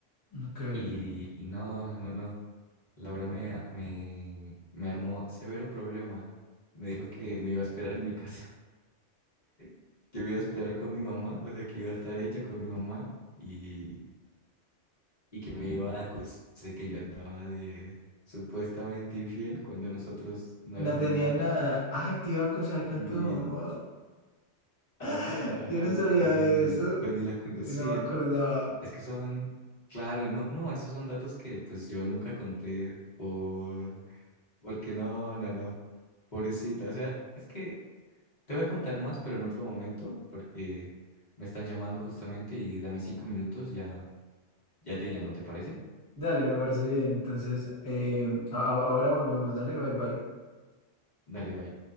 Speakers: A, on the left (about 20°); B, on the left (about 40°).
A: Ok.
B: Y, y no, no, no. Laura me, me, me armó severo problema. Me dijo que me iba a esperar en mi casa, <laughs> que me iba a esperar con mi mamá, o sea, que iba a estar ella con mi mamá y, y que me iba a acusar de que yo andaba de supuestamente infiel cuando nosotros no
A: No
B: éramos
A: tenía
B: nada.
A: nada. Ay, te iba a acusar con
B: Y,
A: tu mamá.
B: ajá,
A: <laughs>
B: ajá,
A: Yo no sabía
B: y ni,
A: eso,
B: pues ni la conocía.
A: no me acordaba.
B: Es que son, claro, no, no, esos son datos que pues yo nunca conté por, porque no, no, no, pobrecita, o sea, es que te voy a contar más, pero en otro momento, porque me están llamando justamente y dame cinco minutos, ya, ya te llamo, ¿te parece?
A: Dale, me parece bien. Entonces, em, a- a- ahora volvemos. Dale, bye bye.
B: Dale, bye.